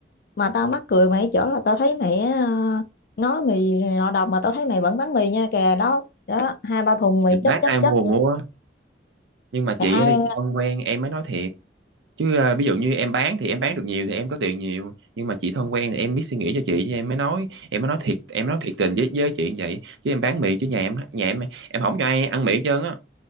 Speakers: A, on the left; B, on the right.
A: mà tao mắc cười mày ở chỗ là tao thấy mày ờ, nói mì này nọ độc mà tao thấy mày vẫn bán mì nha kìa đó đó hai ba thùng mì
B: Mình bán
A: chất chất
B: ai
A: chất
B: mua mua nhưng mà chị
A: mày ai
B: ở đây
A: ăn
B: chị thân quen em mới nói thiệt chứ à, ví dụ như em bán thì em bán được nhiều thì em có tiền nhiều nhưng mà chị thân quen thì em biết suy nghĩ cho chị chứ em mới nói em mới nói thiệt em nói thiệt tình với với chị như vậy chứ em bán mì chứ nhà em nhà em em không cho ai ăn mì hết trơn á